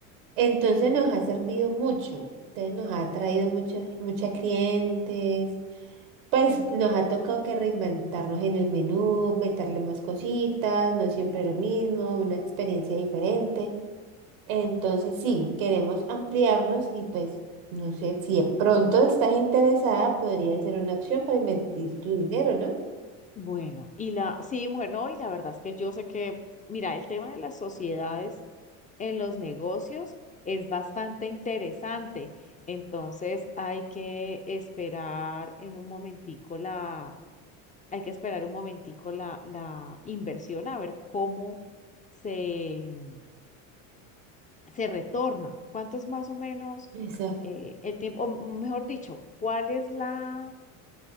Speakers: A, on the right; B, on the left.
A: Entonces nos ha servido mucho. Entonces nos ha traído muchos, muchas clientes. Pues nos ha tocado que reinventarnos en el menú, meterle más cositas, no siempre lo mismo, una experiencia diferente. Entonces, sí, queremos ampliarnos y pues, no sé, si de pronto estás interesada, podría ser una opción para invertir tu dinero, ¿no?
B: Bueno, y la, sí, mujer, no, y la verdad es que yo sé que, mira, el tema de las sociedades en los negocios es bastante interesante. Entonces hay que esperar en un momentico la hay que esperar un momentico la, la inversión a ver cómo se, se retorna. ¿Cuánto es más o menos
A: Esa,
B: eh, el tiempo? O m- mejor dicho, ¿cuál es la...